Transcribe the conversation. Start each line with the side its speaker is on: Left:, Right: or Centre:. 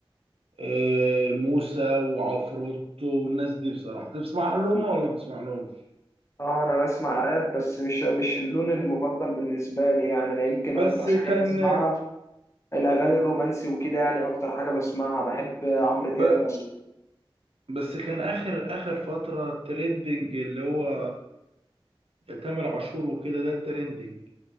Right: آه، موسى وعفروتو والناس دي بصراحة بتسمع لهم ولا ما بتسمع لهمش
Left: اه انا بسمع راب بس مش مش اللون المفضل بالنسبة لي يعني انا يمكن
Right: بس
Left: اكتر حاجة
Right: كان
Left: بسمعها الاغاني الرومانسي وكده يعني اكتر حاجة بسمعها بحب عمرو دياب
Right: ب...
Left: قوي
Right: بس كان اخر اخر فترة ترندنج اللي هو تامر عاشور وكده ده الترندنج